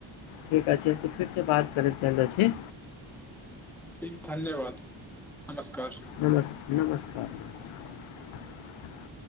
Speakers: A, on the left; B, in the centre.
A: ठीक अछि त फिर से बात करैत चलि जाइ छी
B: ठीक धन्यवाद नमस्कार
A: नमस् नमस्कार नमस्कार <inaudible>